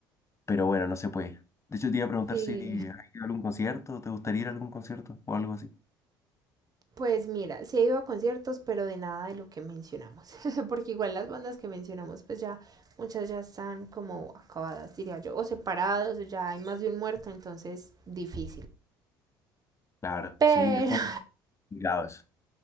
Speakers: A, on the left (about 25°); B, on the right (about 35°).
A: pero bueno, no se puede. De hecho, te iba a preguntar
B: Sí.
A: si has ido a algún concierto, ¿te gustaría ir a algún concierto o algo así?
B: Pues mira, sí he ido a conciertos, pero de nada de lo que mencionamos, <laughs> porque igual las bandas que mencionamos, pues ya muchas ya están como acabadas, diría yo, o separados, o ya hay más de un muerto, entonces difícil.
A: Claro,
B: Pero
A: sí, es complicado eso.